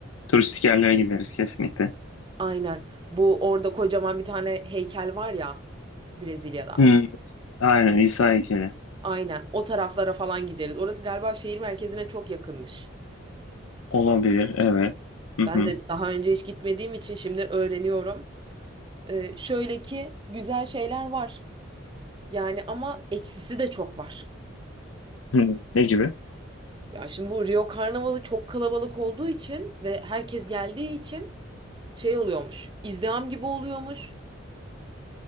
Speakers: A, on the left; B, on the right.
A: Turistik yerlere gideriz kesinlikle.
B: Aynen. Bu orada kocaman bir tane heykel var ya Brezilya'da.
A: Hı. Aynen İsa heykeli.
B: Aynen. O taraflara falan gideriz. Orası galiba şehir merkezine çok yakınmış.
A: Olabilir. Evet. Hı
B: Ben
A: hı.
B: de daha önce hiç gitmediğim için şimdi öğreniyorum. E, şöyle ki güzel şeyler var. Yani ama eksisi de çok var.
A: Hı. Ne gibi?
B: Ya şimdi bu Rio Karnavalı çok kalabalık olduğu için ve herkes geldiği için şey oluyormuş. İzdiham gibi oluyormuş.